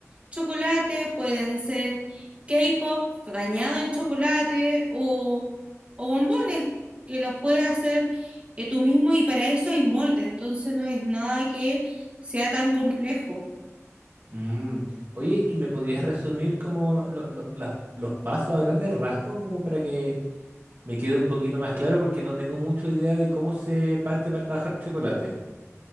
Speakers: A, on the right (about 25°); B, on the right (about 45°).
A: chocolate, pueden ser K-pop bañado en chocolate o, o bombones, que los puedes hacer eh, tú mismo y para eso hay molde, entonces no es nada que sea tan complejo.
B: Mm. Oye, ¿y me podrías resumir como lo- lo- las- los pasos a grandes rasgos como para que me quede un poquito más claro? Porque no tengo mucha idea de cómo se parte para trabajar chocolate.